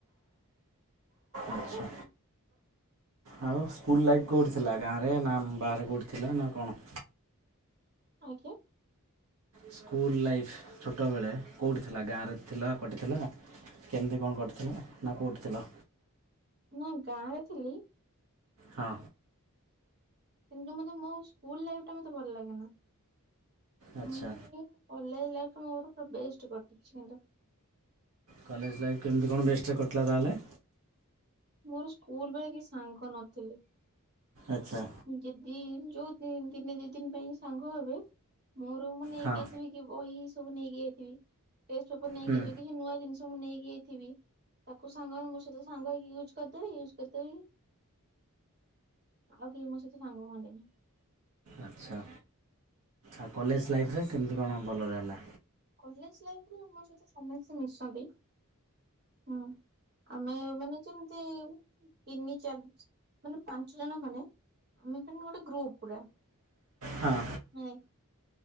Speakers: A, on the right; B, on the right.
A: ଆଚ୍ଛା। ଆଉ ସ୍କୁଲ ଲାଇଫ୍ କଉଠି ଥିଲା ଗାଁରେ ନା ବାହାରେ କଉଠି ଥିଲା ନା କଣ? <inaudible>
B: ଆଜ୍ଞା।
A: ସ୍କୁଲ ଲାଇଫ୍ ଛୋଟବେଳେ କଉଠି ଥିଲା ଗାଁରେ ଥିଲା କଟି ଥିଲା କେମତି କଣ କଟିଥିଲା ନା କଉଠି ଥିଲ?
B: ନା ଗାଁରେ ଥିଲି।
A: ହଁ।
B: କିନ୍ତୁ ମତେ ମୋ ସ୍କୁଲ ଲାଇଫ ମତେ ଭଲ ଲାଗେନା।
A: ଆଚ୍ଛା
B: କଲେଜ ଲାଇଫ୍ଟା ମୋର ପୁରା ବେଷ୍ଟ କଟିଛି କିନ୍ତୁ।
A: କଲେଜ ଲାଇଫ୍ କେମିତି କଣ ବେଷ୍ଟ୍ରେରେ କଟିଲା ତାହାଲେ?
B: ମୋର ସ୍କୁଲ ବେଳେ କେହି ସାଙ୍ଗ ନଥିଲେ।
A: ଆଚ୍ଛା।
B: ଯଦି ଯୋଉ ଦିନେ ଦି ଦିନ ପାଇଁ ସାଙ୍ଗ ହେବେ ମୋର ମୁଁ ନେଇକି
A: ହଁ
B: ଆଇଥିବି ଇଏ ବହି ସବୁ ନେଇକି ଯାଇଥିବି, ଟେଷ୍ଟପେପର ନେଇକି
A: ହୁଁ
B: ଯାଇ କିଛି ନୂଆ ଜିନିଷ ମୁଁ ନେଇକି ଯାଇଥିବି ତାକୁ ସାଙ୍ଗମାନେ ମୋ ସହିତ ସାଙ୍ଗ ହେଇକି ୟୁଜ କରିଦେବେ ୟୁଜ କରିଦେଇକି। ଆଉ କେହି ମୋ ସହିତ ସାଙ୍ଗ ହୁଅନ୍ତିନି।
A: ଆଚ୍ଛା। ଆଉ କଲେଜ ଲାଇଫରେ କେମିତି କଣ ଭଲରେ ହେଲା?
B: କଲେଜ ଲାଇଫରେ ମୋ ସହିତ ସମସ୍ତେ ମିଶନ୍ତି। ହୁଁ। ଆମେ ମାନେ ଯେମିତି ତିନି ଚାରି ମାନେ ପାଞ୍ଚଜଣ ଖଣ୍ଡେ ଆମେମାନେ ଗୋଟେ ଗ୍ରୁପ ପୁରା।
A: ହଁ।
B: ନାଇଁ